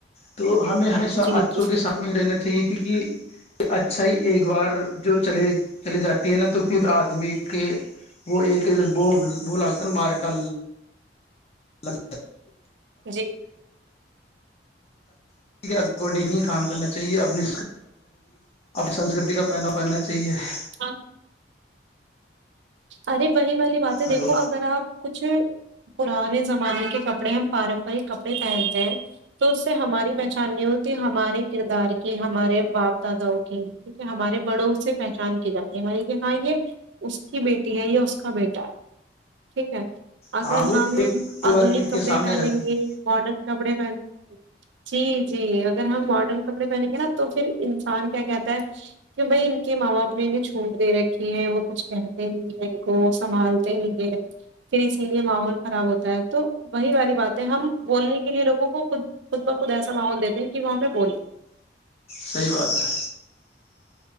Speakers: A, on the left; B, on the right.
A: تو ہمیں ہمیشہ
B: جی
A: اچوں
B: جی
A: کے سات میں ہی رہنا چاہیے کیونکہ اچھا ہی ایک بار جو چلے چلی جاتی ہے نا تو پھر آدمی کے وہ ایک اھر ب وہ لگتا نا مار کا الگ
B: جی
A: <unintelligible> <inaudible> <inaudible> <unintelligible> کو نہیں کام کرنا چاہیے اپنی سنسکرتی کا فائدہ پہننا چاہیے <unintelligible>
B: ہاں <inaudible> ارے <inaudible> وہی والی بات ہے
A: ہلو
B: دیکھو اگر آپ کچھ <inaudible> پرانے زمانے کے کپڑے ہم پارمپرک کپڑے پہنتے ہیں تو اس سے ہماری پہچان نہیں ہوتی ہمارے کردار کی ہمارے باپ داداؤ کی کیک ہمارے بڑوں سے پہچان کی جاتی ہے ہاں یہ کی بیٹی ہے یا اس کا بیٹا ہے ٹھیک ہے اگر
A: ہاں وہ
B: ہم
A: پریوارک
B: آدنک
A: نیتیاں
B: کپڑے
A: سامنے
B: پہنیں
A: آ جاتی
B: گے
A: ہے
B: ماڈرن کپڑے پہن جی جی اگر ہم ماڈرن کپڑے پہنیں گے نا تو پھر انسان کیا کہتا ہے کہ بھائی ان کے ماں باپ نے انہیں چھوٹ دے رکھی ہے وہ کچھ کہ کو سنبھالتے ہیںے پھر اسی لیے ماحول خراب ہوتا ہے تو وہی والی بات ہے ہم بولنے کے لیے لوگوں کو خود خود بخود ایسا ماحول دیتے ہیں کہ وہاں پہ بولیں
A: صحیح بات ہے